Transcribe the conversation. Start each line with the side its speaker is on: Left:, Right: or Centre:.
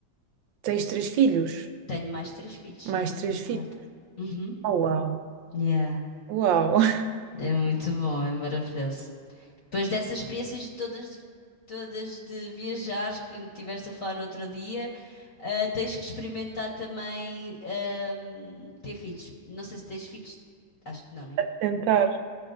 Right: Tens três filhos?
Left: Tenho mais três filhos, sim,
Right: Mais três
Left: tenho quatro.
Right: filhos?
Left: Uhum.
Right: Oh, uau!
Left: Yeah.
Right: Uau!
Left: É muito bom, é maravilhoso. Depois dessas experiências de todas, de- todas de viajares que me tiveste a falar no outro dia, ah, tens que experimentar também ahm, ter filhos. Não sei se tens filhos. Acho que não, né?
Right: <laughs> Tentar.